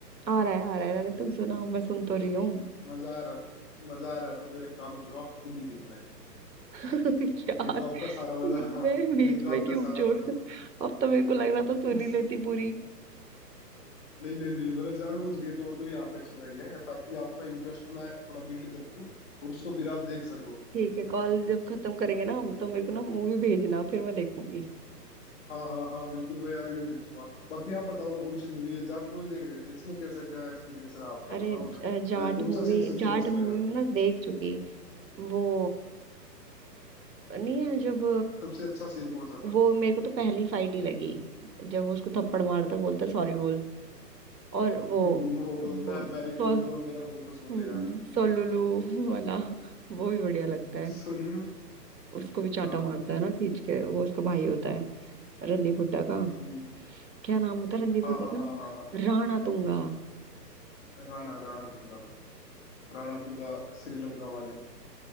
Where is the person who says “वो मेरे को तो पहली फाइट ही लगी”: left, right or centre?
Right